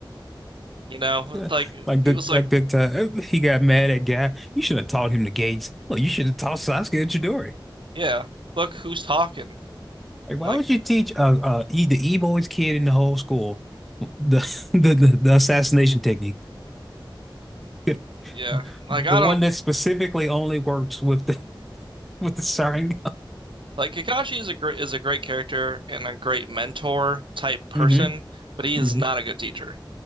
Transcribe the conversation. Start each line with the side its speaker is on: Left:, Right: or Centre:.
Right: You know,
Centre: Yeah,
Right: like
Centre: Like
Right: he
Centre: the
Right: was
Centre: like
Right: like,
Centre: that uh, he got mad at Guy. You should have taught him the gates. Well, you should have taught Sasuke to Chidori.
Right: yeah, look who's talking.
Centre: Like, why
Right: Like,
Centre: would you teach uh, uh E, the e kid in the whole school the <laughs> the the, the assassination technique, <laughs>
Right: yeah, like
Centre: the
Right: I
Centre: one
Right: don't
Centre: that specifically only works with the with the Sharingan.
Right: like Kakashi is a great is a great character and a great mentor type person,
Centre: hmm
Right: but he
Centre: hmm
Right: is not a good teacher.